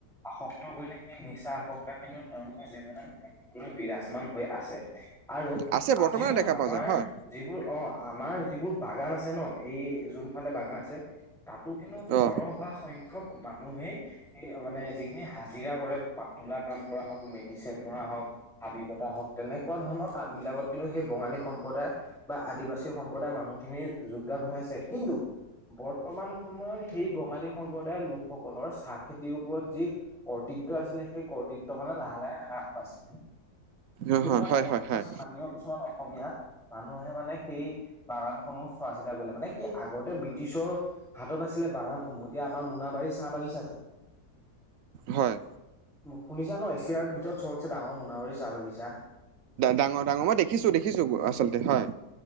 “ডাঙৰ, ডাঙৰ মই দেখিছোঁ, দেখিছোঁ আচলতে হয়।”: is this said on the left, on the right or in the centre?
Right